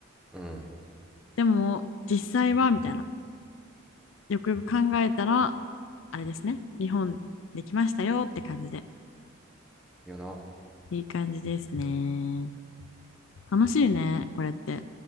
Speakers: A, in the centre; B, on the left (about 70°).
A: うん
B: でも、実際はみたいな。よくよく考えたら、あれですね。日本できましたよって感じで。
A: よな
B: いい感じですね。楽しいね、これって。